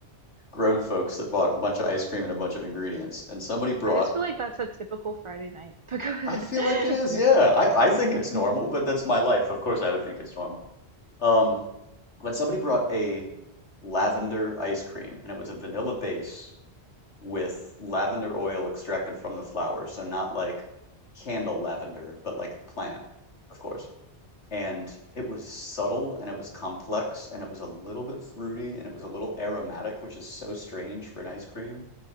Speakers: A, on the left; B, on the right.
A: grown folks that bought a bunch of ice cream and a bunch of ingredients. And somebody brought
B: I just feel like that's a typical Friday night.
A: I feel like it
B: <laughs>
A: is, yeah. I, I think
B: Because
A: it's normal, but that's my life. Of course I would think it's normal. Um When somebody brought a lavender ice cream, and it was a vanilla base with lavender oil extracted from the flowers. So not like candle lavender, but like plant, of course. And it was subtle and it was complex and it was a little bit fruity and it was a little aromatic, which is so strange for an ice cream.